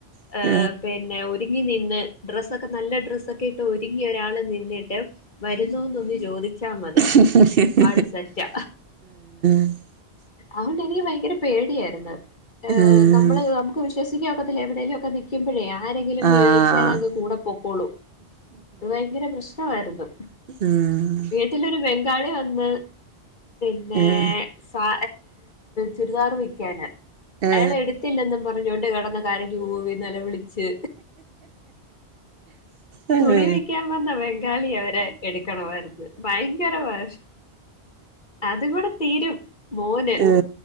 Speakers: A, on the right; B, on the left.
A: ഏഹ്
B: ഹ് പിന്നെ ഒരുങ്ങി നിന്ന് ഡ്രസ്സൊക്കെ നല്ല ഡ്രസ്സൊക്കെ ഇട്ട് ഒരുങ്ങി ഒരാൾ നിന്നിട്ട് വരുന്നോന്നൊന്ന് ചോദിച്ചാമതി
A: ഏഹ്
B: ആള് സെറ്റാ.
A: ആഹ്
B: അത് കൊണ്ട് എനിക്ക് ഭയങ്കര പേടിയായിരുന്നു ഏഹ്
A: ഉം
B: നമ്മള് വിശ്യസിക്കാക്കൊത്തില്ല എവടേലുക്കെ നി ക്ക്മ്പഴേ ആരെങ്കിലും വിളിച്ചാലങ്ങ്
A: ആഹ് ആഹ്
B: കൂടെ പൊക്കോളും ഭയങ്കര പ്രശ്നമായിരുന്നു.
A: ഉം
B: വീട്ടിലൊരു ബംഗാളി വന്ന് പിന്നേ
A: ആഹ്
B: സാ ചുരിദാർ വിക്യാന
A: ആഹ്
B: അയാളെ ട്ത്തില്ലന്നും പറഞ്ഞോണ്ട് കെട്ന്ന് കരഞ്ഞൂവി നെലവിളിച്ച്
A: ആഹ്
B: തുണി വിക്യാൻ വന്ന വംഗാളിയവരെ എട്ക്കണമായ്ര്ന്ന് ഭയങ്കര വാശ് അത്ങ്കൂടെ തീരും മോന്
A: ആഹ്